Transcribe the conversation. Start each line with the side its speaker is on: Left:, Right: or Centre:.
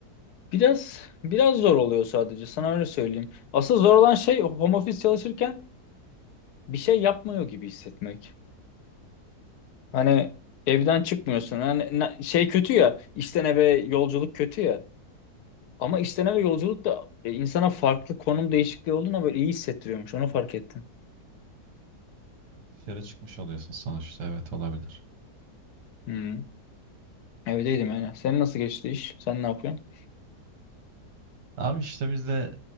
Left: biraz biraz zor oluyor sadece sana öyle söyleyeyim. Asıl zor olan şey home office çalışırken bir şey yapmıyor gibi hissetmek. Hani evden çıkmıyorsun. Hani ne- şey kötü ya. işten eve yolculuk kötü ya. Ama işten eve yolculuk da e, insana farklı konum değişikliği olduğuna böyle iyi hissettiriyormuş. Onu fark ettim.
Right: Ya dışarı çıkmış oluyorsun sonuçta. Evet olabilir.
Left: Hmm. Evdeydim yani. Senin nasıl geçti iş? Sen ne yapıyorsun?
Right: Abi işte bizde